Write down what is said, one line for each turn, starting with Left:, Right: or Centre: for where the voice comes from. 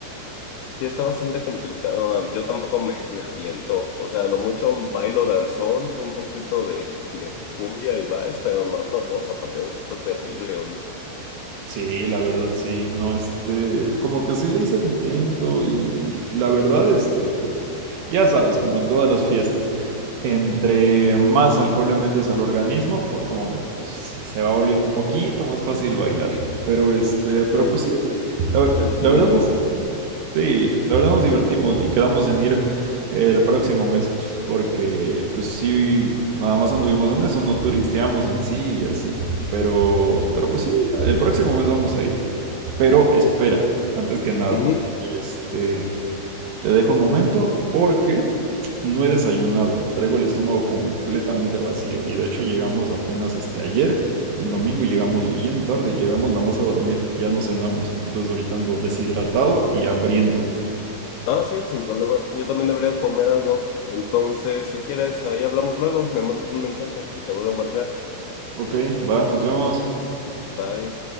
Left: Sí, está bastante complicado. Yo tampoco me, me aviento. O sea, a lo mucho un bailo danzón, un poquito de, de cumbia y vals, pero no, no, no, zapateo sí está terrible, oye.
Right: Sí, la verdad sí, no, este, como que sí le hice el intento y la verdad, este, pues, ya sabes, como en todas las fiestas, entre más alcohol le metes al organismo, po- como que pues se va volviendo un poquito más fácil bailar, pero este,
Left: Pues
Right: pero
Left: eh,
Right: pues
Left: se,
Right: sí, la, ver-
Left: se desinhibe
Right: la verdad no,
Left: uno.
Right: Sí, la verdad nos divertimos y quedamos en ir eh, el próximo mes porque pues sí, nada más anduvimos en eso, no turisteamos en sí y así. Pero, pero pues sí, el próximo mes vamos a ir. Pero espera, antes que nada,
Left: Ujú.
Right: este, te dejo un momento porque no he desayunado. Traigo el estómago completamente vacío y de hecho llegamos apenas este ayer, en domingo, y llegamos bien tarde, llegamos nada más a dormir, ya no cenamos. Entonces ahorita ando deshidratado y hambriento.
Left: Ah, sí, sin problema. Yo también debería comer algo. Entonces, si quieres, ahí hablamos luego. Me mandas un mensaje y te vuelvo a marcar.
Right: Ok, va, nos vemos.
Left: Bye.